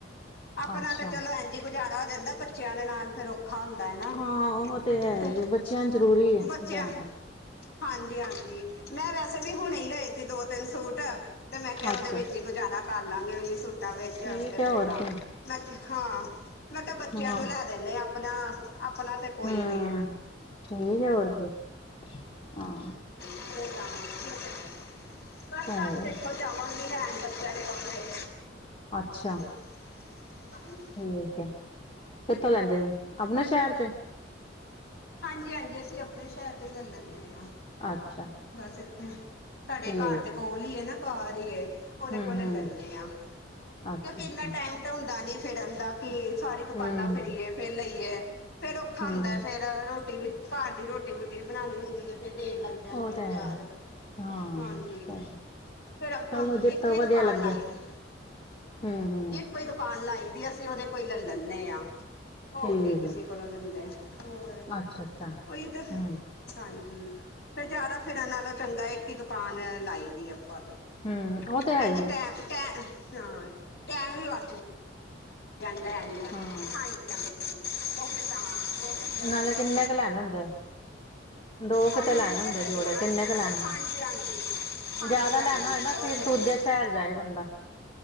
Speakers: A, on the left; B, on the left.
A: ਆਪਣਾ
B: ਅੱਛਾ
A: ਤੇ ਚਲੋ, ਐਂਝ ਈ ਗੁਜ਼ਾਰਾ ਹੋ ਜਾਂਦਾ, ਬੱਚਿਆਂ ਦੇ ਨਾਲ ਫੇਰ ਔਖਾ ਹੁੰਦਾ ਹੈ ਨਾ,
B: ਹਾਂ ਉਹ ਹੈ
A: ਤੇ
B: ਹੀ ਬੱਚਿਆਂ ਨੂੰ ਜ਼ਰੂਰੀ ਹੈ
A: ਬੱਚਿਆਂ
B: ਲਿਆਣੇ
A: ਹਾਂਜੀ- ਹਾਂਜੀ, ਮੈਂ ਵੈਸੇ ਵੀ ਹੁਣੇ ਹੀ ਲਏ ਸੀ ਦੋ, ਤਿੰਨ ਸੂਟ। ਤੇ, ਮੈਂ ਕਿਹਾ, ਉਹਦੇ
B: ਅੱਛਾ
A: ਵਿੱਚ ਹੀ ਗੁਜ਼ਾਰਾ ਕਰ ਲਾਂਗੇ, ਉਹੀ ਸੂਟਾਂ ਵਿੱਚ,
B: ਠੀਕ
A: ਤੇ ਫਿਰ
B: ਹੈ ਹੋਰ
A: ਤਾਂ,
B: ਕੀ
A: ਮੈਂ, ਕ, ਹਾਂ ਮੈਂ ਕਿਹਾ, ਬੱਚਿਆਂ
B: ਹਾਂ
A: ਨੂੰ ਲੈ ਦੇਨੇ ਆ, ਆਪਣਾ, ਆਪਣਾ ਤੇ ਕੋਈ
B: ਹਮ,
A: ਨਹੀਂ
B: ਠੀਕ ਆ, ਹੋਰ ਫ਼ਿਰ ਹਾਂ।
A: ਏ, ਕੰਮ ਏ, ਠੀਕ ਆ।
B: ਹੈ, ਈ ਹੈ।
A: ਜਾਵਾਂਗੀ, ਲੈਣ ਬੱਚਿਆਂ ਦੇ ਕੱਪੜੇ।
B: ਅੱਛਾ।
A: <inaudible>
B: ਠੀਕ ਹੈ, ਕਿੱਥੋਂ ਲੈਂਦੇ ਓ? ਆਪਣੇ ਸ਼ਹਿਰ ਚੋਂ ਈ।
A: ਹਾਂਜੀ- ਹਾਂਜੀ, ਅਸੀਂ ਆਪਣੇ ਸ਼ਹਿਰ ਤੋਂ ਹੀ, ਲੈ ਲੈਂਦੇ ਹਾਂ।
B: ਅੱਛਾ
A: ਬਸ ਇੱਥੋਂ, ਸਾਡੇ
B: ਠੀਕ
A: ਘਰ ਦੇ ਕੋਲ ਈ ਨਾ, ਬਾਹਰ ਹੀ ਏ ਉਹਦੇ
B: ਹਮ
A: ਕੋਲੋ
B: ਹਮ
A: ਲੈਂਦੇ ਆ,
B: ਅੱਛਾ
A: ਕਿਉਂਕਿ ਇੰਨਾ
B: ਅੱਛਾ
A: ਟਾਈਮ ਤਾਂ ਹੁੰਦਾ ਨੀ, ਫਿਰਨ ਦਾ ਕਿ ਸਾਰੀ ਦੁਕਾਨਾਂ
B: ਹਮ ਹਮ
A: ਫਿਰੀਏ ਫੇਰ ਲਈਏ, ਫੇਰ ਔਖਾ
B: ਹਮ
A: ਹੁੰਦਾ ਫੇਰ ਰੋਟੀ ਵੀ, ਘਰ ਦੀ ਰੋਟੀ -ਰੂਟੀ ਵੀ ਬਣਾਉਣੀ ਹੁੰਦੀ ਐ, ਫੇਰ ਦੇਰ ਲੱਗਦੀ ਜਾਂਦੀ
B: ਉਹ
A: ਐ
B: ਤੇ
A: ਬਜ਼ਾਰ,
B: ਹੈ ਹੀ ਹਾਂ
A: ਹਾਂਜੀ। ਫੇਰ, ਆਪਾਂ
B: ਚਲੋ ਜਿੱਥੋਂ
A: ਇੱਕੋ ਈ
B: ਵਧੀਆ
A: ਦੁਕਾਨ
B: ਲੱਗੇ
A: ਲਾਈ ਏ।
B: ਹਮ- ਹਮ।
A: ਇਕੋ ਹੀ ਦੁਕਾਨ ਲਾਈ ਦੀ, ਅਸੀਂ ਉਹਦੇ ਕੋਈ ਲੈ ਲੈਂਦੇ ਹਾਂ, ਹੋਰ
B: ਠੀਕ
A: ਨਹੀਂ ਕਿਸੇ
B: ਹੈ
A: ਕੋਲੋਂ ਲੈਂਦੇ। ਹੋਰ,
B: ਅੱਛਾ ਅੱਛਾ
A: ਉਹੀ ਤਾਂ ਫਿਰ
B: ਹਮ
A: ਹਾਂਜੀ, ਫਿਰ ਜ਼ਿਆਦਾ ਫਿਰਨ ਨਾਲੋਂ ਚੰਗਾ ਇੱਕ ਹੀ, ਦੁਕਾਨ ਲਾਈ ਦੀ ਆਪਾਂ ਤੇ
B: ਹਮ ਉਹ ਤੇ ਹੈ
A: ਇੰਝ
B: ਹੀ ਹੈ
A: ਟੈਮ, ਟੈਮ ਹਾਂ ਟੈਮ ਵੀ ਵਧ <inaudible>
B: ਹਾਂ
A: ਚਲੋ
B: ਨਾਲੇ, ਕਿੰਨੇ ਕੁ ਲੈਣੇ ਹੁੰਦੇ? ਦੋ
A: ਪੰਜ
B: ਕੁ, ਤੇ ਲੈਣੇ
A: ਨਹੀਂ
B: ਹੁੰਦੇ
A: ਇੱਕ
B: ਜੋੜੇ,
A: ਜੋੜਾਂਗੇ
B: ਕਿੰਨੇ ਕੁ ਲੈਣੇ
A: ਹਾਂਜੀ
B: ਨੇ?
A: ਹਾਂਜੀ ਹਾਂਜੀ
B: ਜਿਆਦਾ
A: ਹਾਂਜੀ
B: ਲੈਣਾ ਹੋਏ ਨਾ,
A: ਉਹ
B: ਫਿਰ
A: ਤੇ ਹੈ
B: ਦੂਜੇ ਸ਼ਹਿਰ ਜਾਏ ਬੰਦਾ।